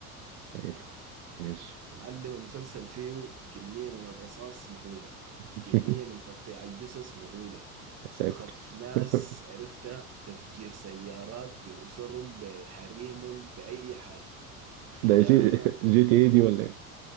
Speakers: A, on the right (about 60°); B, on the right (about 35°).
A: حلو ماشي
B: يا معلم المسلسل فيه كميه من الرصاص مهوله
A: <laughs>
B: كميه من تقطيع الجثث مهوله
A: يا ساتر
B: خطف ناس
A: <laughs>
B: عرفتها تفجير سيارات بأسرهم بحريم بأي حاجة خيانة
A: ده جي جي تي ايه
B: خبث
A: دي ولا ايه